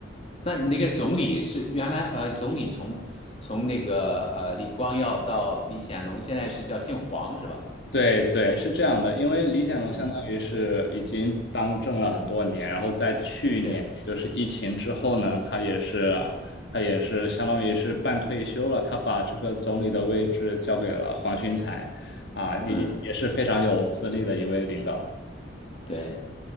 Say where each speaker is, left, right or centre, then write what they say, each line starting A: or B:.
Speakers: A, on the left; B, on the left.
A: 那你那个总理是原来呃，总理从从那个呃李光耀到李显龙，现在是叫姓黄是吧？
B: 对对是这样的，因为李显龙相当于是已经当政了很多年，
A: 嗯，
B: 然后在去年，
A: 对，
B: 也就是疫情之后呢，他也是啊他也是相当于是半退休了，他把这个总理的位置交给了黄循财，啊，也也是非常有资历的一位领导。
A: 嗯，对，